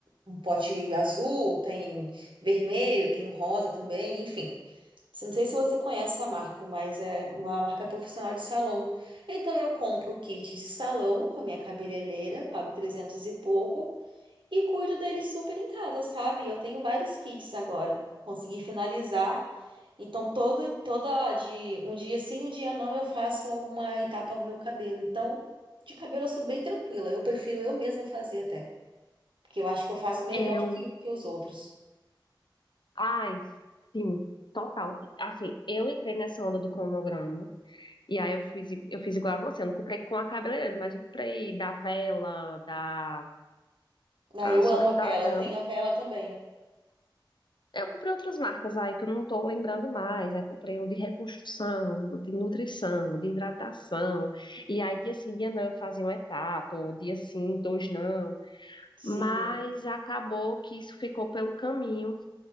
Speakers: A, on the right; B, on the left.
A: um pote azul, tem vermelho, tem um rosa também, enfim. Não sei se você conhece essa marca, mas é uma marca profissional de salão. Então eu compro o kit de salão com a minha cabeleireira, pago 300 e pouco, e cuido dele super em casa, sabe? Eu tenho vários kits agora. Consegui finalizar. Então, todo, toda de um dia sim, um dia não, eu faço alguma etapa no meu cabelo. Então, de cabelo eu sou bem tranquila. Eu prefiro eu mesma fazer até. Porque eu acho que eu faço melhor
B: Eu,
A: do que, que os outros.
B: ai, sim, total. Assim, eu entrei nessa onda do cronograma. E aí eu fiz, eu fiz igual a você. Eu não comprei com a cabeleireira, mas eu comprei da Vela, da.
A: Ah,
B: Ah,
A: eu
B: só
A: amo
B: lembro
A: a
B: da
A: vela,
B: Vela.
A: eu tenho a vela também.
B: Eu comprei outras marcas aí que eu não tô lembrando mais. Aí comprei um de reconstrução, um de nutrição, um de hidratação. E aí dia sim, dia não, eu fazia uma etapa, ou dia sim, dois não.
A: Sim.
B: Mas acabou que isso ficou pelo caminho.